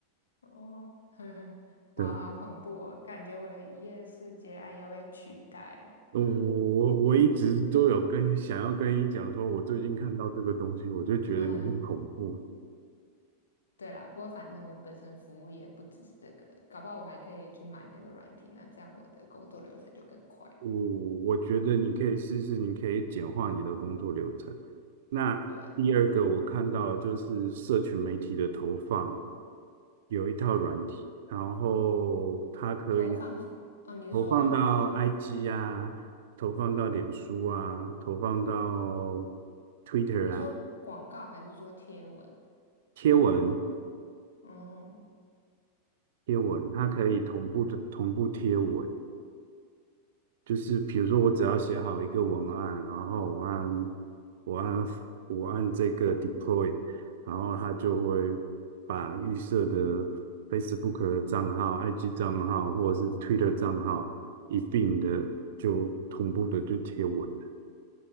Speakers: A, on the left; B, on the right.
A: 哦，<laughs> 呵呵，哇，
B: 对。
A: 好恐怖哦！感觉我的一夜式接案要被取代了。
B: 我我我一直都有跟想要跟你讲说，
A: <laughs>
B: 我最近看到这个东西，我就觉得有点恐怖。
A: 哈哈，对啦，不过反正我本身服务也不只是这个，搞不好我还可以去买那个软体，那这样我的工作流程就更快。
B: 我我觉得你可以试试，你可以简化你的工作流程。那第二个我看到就是社群媒体的投放，
A: 对啊，
B: 有一套软体，然后它可以
A: 投放什么？哦，你是说就是
B: 投放到 IG 啊，投放到脸书啊，投放到 Twitter
A: 你是说广告还是说贴文？
B: 啊，贴文
A: 哦，
B: 贴文，它可以同步的同步贴文。就是比如说，我只要写好一个文案，然后我按我按我按这个 deploy，然后它就会把预设的 Facebook 的账号、IG 账号或者是 Twitter 账号一并的就同步的就贴文，